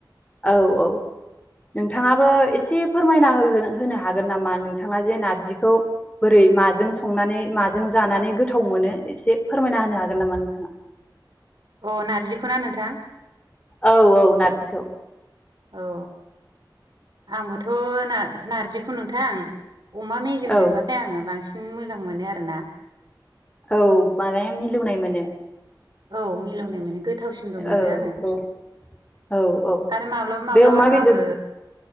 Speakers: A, on the left; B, on the right.
A: औ औ। नोंथांङाबो एसे फोरमायना होनो हागोन नामा नोंथांङा जे नारजिखौ बोरै माजों संनानै माजों जानानै गोथाव मोनो एसे फोरमायना होनो हागोन नामा नोंथांङा
B: अ' नारजिखौ ना नोंथां
A: औ औ नारजिखौ।
B: औ आंबोथ' नार-नारजिखौ नोंथां अमा मेजेमजोंबाथाय
A: औ
B: आंङो बांसिन मोजां मोनो आरो ना।
A: औ माने मिलौनाय मोनो।
B: औ मिलौनाय मोनो गो थावसिनबो मोनो
A: औ
B: आङो
A: औ औ औ
B: आरो माब्लाबा माब्लाबाथ'
A: बे अमा बेदर
B: आङो